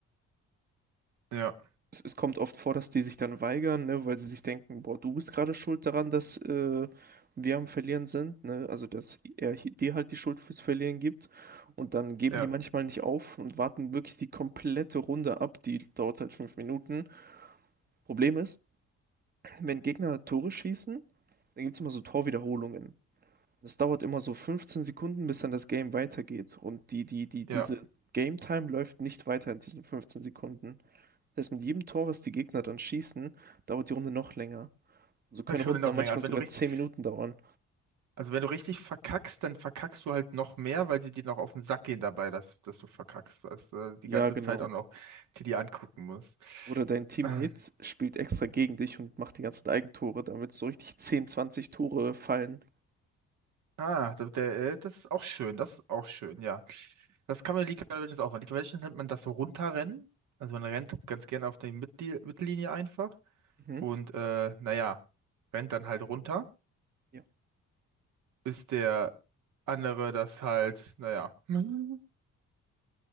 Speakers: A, on the right; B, on the right.
A: Ja,
B: Es, es kommt oft vor, dass die sich dann weigern, ne, weil sie sich denken, boah, du bist gerade schuld daran, dass äh, wir am Verlieren sind, ne? Also dass er hi- dir halt die Schuld fürs Verlieren gibt. Und dann geben
A: ja,
B: die manchmal nicht auf und warten wirklich die komplette Runde ab. Die dauert halt fünf Minuten. Problem ist, wenn Gegner Tore schießen, dann gibt es immer so Torwiederholungen. Das dauert immer so 15 Sekunden, bis dann das Game weitergeht. Und die, die, die, diese
A: ja.
B: Game Time läuft nicht weiter in diesen 15 Sekunden. Erst mit jedem Tor, was die Gegner dann schießen, dauert die Runde noch länger. So können
A: Das
B: Runden
A: würde noch
B: dann manchmal
A: länger. Also wenn
B: sogar
A: du richtig,
B: zehn Minuten dauern.
A: also wenn du richtig verkackst, dann verkackst du halt noch mehr, weil sie dir noch auf den Sack gehen dabei, dass, dass du verkackst, dass du die
B: Ja,
A: ganze
B: genau.
A: Zeit auch noch dir die angucken musst.
B: Oder dein Teammate
A: Ah.
B: spielt extra gegen dich und macht die ganze Zeit Eigentore, damit so richtig zehn zwanzig Tore fallen.
A: Ah, der, der, äh, das ist auch schön, das ist auch schön, ja. Das kann man in League of Legends auch machen. League of Legends nennt man das so runterrennen. Also man rennt ganz gerne auf die Mittel- Mittellinie einfach
B: Mhm.
A: und äh, naja, rennt dann halt runter,
B: Ja.
A: bis der andere das halt, naja, <laughs>